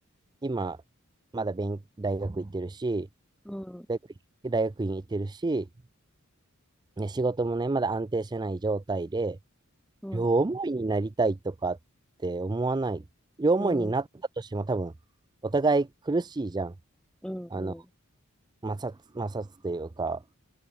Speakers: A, on the right; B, in the centre.
A: 今、まだ勉、大学行ってるし、
B: うん、
A: 大学、大学院行ってるし、ね、仕事もね、まだ安定してない状態で、
B: うん、
A: 両思いになりたいとかって思わない。
B: うん、
A: 両思いになったとしても多分、
B: うん、
A: お互い苦しいじゃん。
B: うん、
A: あの、
B: うん、
A: 摩擦、摩擦というか、